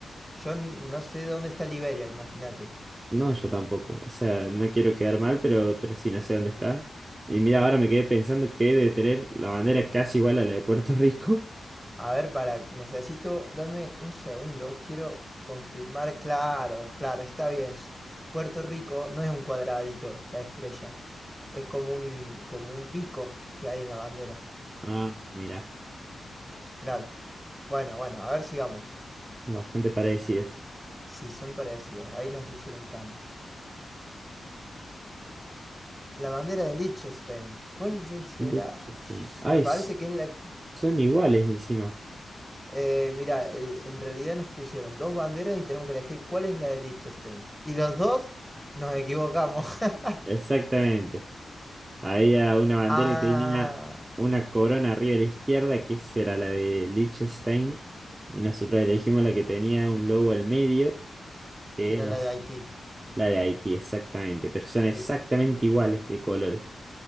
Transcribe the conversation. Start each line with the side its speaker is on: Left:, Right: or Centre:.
Centre: yo n- no sé dónde está Liberia, imagínate.
Right: No, yo tampoco. O sea, no quiero quedar mal, pero, pero sí, no sé dónde está. Y mira, ahora me quedé pensando que debe tener la bandera casi igual a la de Puerto Rico. <laughs>
Centre: A ver, para, necesito, dame un segundo, quiero confirmar. Claro, claro, está bien. s- Puerto Rico no es un cuadradito, la estrella. Es como un, como un pico que hay en la bandera.
Right: Ah, mira,
Centre: Claro. Bueno, bueno, a ver, sigamos.
Right: bastante parecidas.
Centre: Sí, son parecidas. Ahí nos hicieron trampa. La bandera de Liechtenstein. ¿Cuál de será?
Right: Liechtenstein.
Centre: Sh-
Right: Ay,
Centre: Me parece
Right: s-
Centre: que es la
Right: son iguales encima.
Centre: Eh, mira, el- en realidad nos pusieron dos banderas y tenemos que elegir cuál es la de Liechtenstein. Y los dos nos equivocamos. <laughs>
Right: Exactamente. Había una bandera
Centre: Ah,
Right: que tenía una corona arriba a la izquierda, que esa era la de Liechtenstein, y nosotros elegimos la que tenía un logo al medio, que
Centre: que era
Right: nos,
Centre: la de Haití.
Right: la de Haití, exactamente, pero son exactamente
Centre: Sí,
Right: iguales de colores.